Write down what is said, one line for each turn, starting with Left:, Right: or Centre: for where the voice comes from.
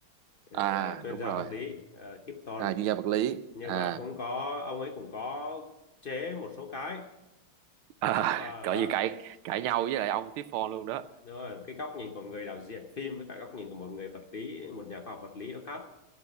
Left: ờ,
Right: à
Left: chuyên
Right: đúng
Left: gia
Right: rồi
Left: vật lý uh, Kip Thorne
Right: à chuyên gia vật lý
Left: nhưng
Right: à,
Left: mà cũng có ông ấy cũng có chế một số cái
Right: <laughs> à
Left: mà ờ,
Right: cỡ như cãi
Left: ờ,
Right: cãi nhau với lại ông tiếp phone luôn đó
Left: đúng rồi cái góc nhìn của người đạo diễn phim với cả góc nhìn của một người vật lý một nhà khoa học vật lý nó khác